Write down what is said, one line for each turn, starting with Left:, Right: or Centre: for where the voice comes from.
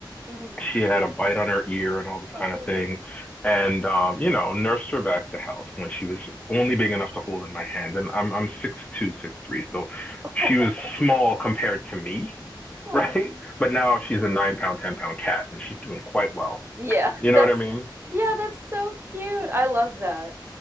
Right: hmm
Left: She had a bite on her ear and all this
Right: Oh.
Left: kind of thing. And, um, you know, nursed her back to health when she was only big enough to hold in my hand. And I'm, I'm 6'2", so
Right: <laughs>
Left: she was
Right: Oh.
Left: small compared to me, <laughs>
Right: Oh.
Left: right? But now she's a nine pound, 10 pound cat and she's doing quite well
Right: Yeah,
Left: you know
Right: that's
Left: what I mean?
Right: yeah, that's so cute. I love that.